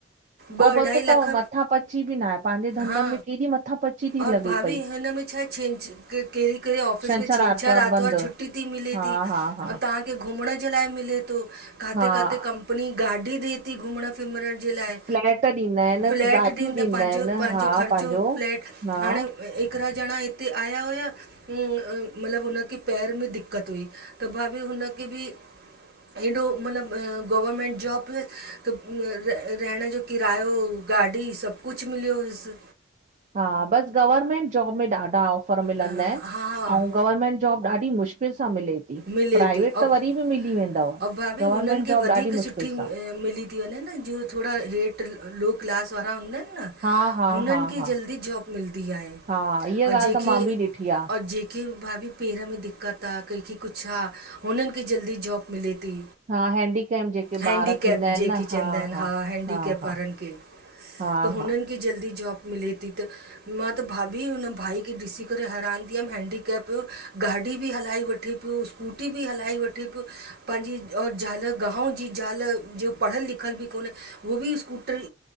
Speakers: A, on the right (about 55°); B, on the right (about 40°).
A: ॿ
B: ऐं
A: अढाई
B: पतो
A: लख
B: त मथां पची बि न आहे पंहिंजे धंधनि
A: हा
B: में केॾी मथ मथा पची थी
A: और
B: लॻे
A: भाभी
B: पई
A: हिनमें छा छंछ कहिड़ी कहेडे ऑफिस
B: छंछरु
A: में छंछर
B: आर्तवार
A: आरितवारु
B: बंदि
A: छुटी थी मिले
B: हा
A: थी
B: हा हा
A: ऐं तव्हांखे घुमण जे लाइ मिले थो, काथे
B: हा
A: खाथे कंपनी गाॾी ॾे थी घुमण फमण जे लाइ
B: फ्लैट ॾींदा आहिनि,
A: फ्लैट
B: गाॾियूं
A: ॾींदा पांजो
B: आहिनि,
A: पांजो
B: हा
A: ख़र्चो
B: पंहिंजो
A: फ्लैट
B: हा,
A: हाणे हिकरा जणा इते आया हुया मतलब हुनखे पैर में दिक़त हुई त भाभी हुनखे बि एॾो मतलबु गवर्मेंट जॉब हुयस त रहण जो किरायो गाॾी सभु कुझु मिलियो हुयुसि।
B: हा बसि गवर्मेंट जॉब में ॾाढा ऑफर मिलंदा
A: हा
B: आहिनि
A: हा
B: ऐं गवर्मेंट जॉब ॾाढी मुश्किल सां मिले थी
A: मिले
B: प्राइवेट
A: थी और
B: त वरी बि मिली वेंदव।
A: ऐं भाभी
B: गवर्मेंट
A: हुननि खे
B: जॉब
A: वधीक
B: ॾाढी मुश्किल
A: सुठी
B: सां,
A: मिली थी वञेनि न जीअं थोरा हेठि लो क्लास वारा हूंदा आहिनि न
B: हा हा
A: उननि
B: हा
A: खे
B: हा
A: जल्दी जॉब मिलदी आहे
B: हा इहा
A: अं
B: ॻाल्हि
A: जेके
B: त मां बि ॾिठी आ,
A: अं जेके कंहिंखे भाभी पेर में दिक़त आ कंहिंखे कुझु आ हुननि खे जल्दी जॉब मिले थी।
B: हा हेंडीकेम जेके
A: हैंडीकैप
B: ॿार थींदा आहिनि
A: जेके
B: न हा
A: चवंदा आहिनि
B: हा
A: हैंडीकैप
B: हा हा
A: वारनि खे
B: हा
A: त हुननि
B: हा
A: खे जल्दी जॉब मिले थी त मां त भाभी हुन भाई खे ॾिसी करे हैरान थी वयमि हैंडीकेप जो गाॾी बि हलाए वठे पियो स्कूटी बि हलाई वठे पयो। पंहिंजी और ज़ाल गाव जी ज़ाल जो पढ़ियल लिखियल बि कोन्हे उ बि स्कूटर